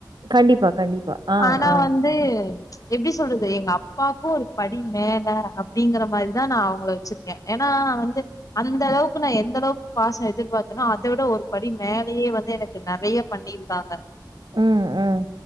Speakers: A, on the right; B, on the left.
A: கண்டிப்பா கண்டிப்பா ஆ
B: ஆனா
A: ஆ
B: வந்து எப்டி சொல்றது எங்க அப்பாக்கும் ஒரு படி மேல அப்டிங்கிற மாறிதா நா அவங்கள வச்சிருக்கே ஏன்னா நா வந்து அந்த அளவுக்கு நா எந்த அளவுக்கு பாச எதிர்பாத்தேனா அத விட ஒரு படி மேலேயே வந்து எனக்கு நெறைய பண்ணிருக்காங்க
A: உம் உம்